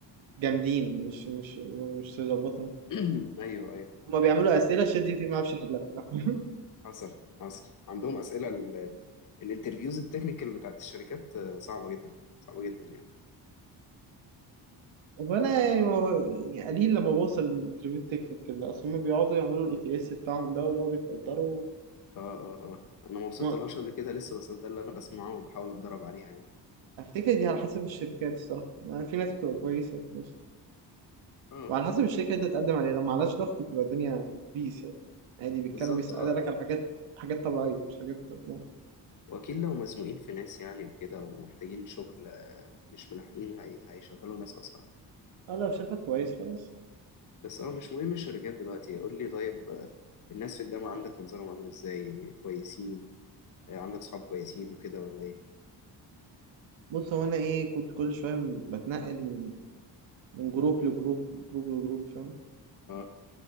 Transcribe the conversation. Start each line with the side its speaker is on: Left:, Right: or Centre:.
Right: جامدين مش مش مش تظبطهم
Left: <clears throat> أيوه أيوه
Right: هما بيعملوا اسئله شات جي بي تي ما بيعرفش يحلها <laughs>
Left: حصل حصل عندهم أسئلة الانترفيوز التكنيكال بتاعت الشركات آه، صعبة جدا صعبة جدا يعني
Right: فانا يعني ما هو- يعني قليل لما بوصل الانترفيو التكنيكال ده اصل هما بيقعدوا يعملوا الاي تي اس بتاعهم ده ويقعدوا يفلتروا
Left: اه اه اه انا ما وصلتلهاش
Right: ما
Left: قبل كده لسه بس ده اللي انا بسمعه وبحاول اتدرب عليها يعني
Right: افتكر دي على حسب الشركات الصراحه ما في ناس بتبقى كويسه في ناس
Left: اه
Right: وعلى حسب الشركه اللي انت تقدم عليها لو ما عليهاش ضغط بتبقى الدنيا بيس يعني عادي بيتكلم
Left: بالظبط
Right: بيسالك
Left: اه
Right: على حاجات حاجات طبيعيه مش حاجات يعني.
Left: واكيد لو مزنوقين في ناس يعني وكده ومحتاجين شغل آه، مش ملاحقين هي... هيشغلوا ناس اسرع
Right: اه لو شافك كويس خلاص
Left: بس اه مش مهم الشركات دلوقتي قول لي طيب آه، الناس في الجامعة عندك انظارهم عامل ازاي كويسين آه، عندك صحاب كويسين وكده ولا ايه
Right: بص هو انا ايه كنت كل شويه بتنقل من من جروب لجروب جروب لجروب فاهم
Left: اه